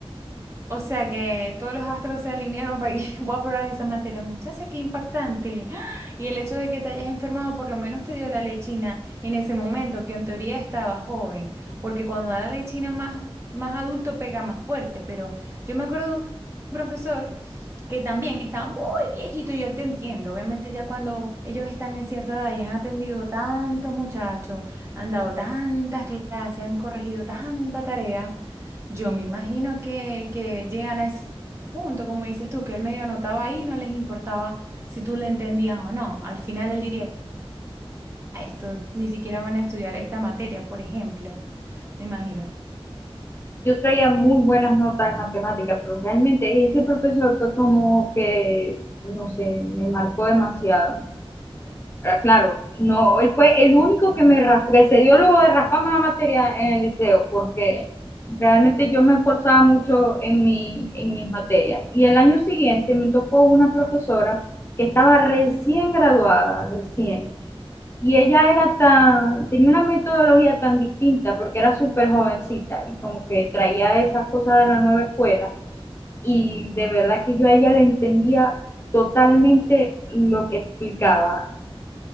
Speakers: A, on the right; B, on the left.
A: O sea que todos los astros se alinearon para que <laughs> voy a aprobar esa materia. Muchacha, qué impactante. ¡Ah! Y el hecho de que te hayas enfermado por lo menos te dio la lechina en ese momento, que en teoría estaba joven, porque cuando da la lechina más, más adulto pega más fuerte. Pero yo me acuerdo de un profesor que también estaba muy viejito y yo te entiendo. Obviamente ya cuando ellos están en cierta edad y han atendido tantos muchachos, han dado tantas clases, han corregido tanta tarea, yo me imagino que, que llegan a ese punto, como dices tú, que él medio anotaba ahí, no les importaba si tú le entendías o no. Al final él diría, "Ah, esto ni siquiera van a estudiar esta materia, por ejemplo, me imagino.
B: yo traía muy buenas notas en matemáticas, pero realmente ese profesor fue como que, no sé, me marcó demasiado. Ahora, claro, no, él fue el único que me ras- que se dio luego de rasparme la materia en el liceo, porque realmente yo me esforzaba mucho en, mi, en mis materias. Y el año siguiente me tocó una profesora que estaba recién graduada, recién, y ella era tan, tenía una metodología tan distinta porque era súper jovencita y como que traía esas cosas de la nueva escuela. Y de verdad que yo a ella le entendía totalmente lo que explicaba.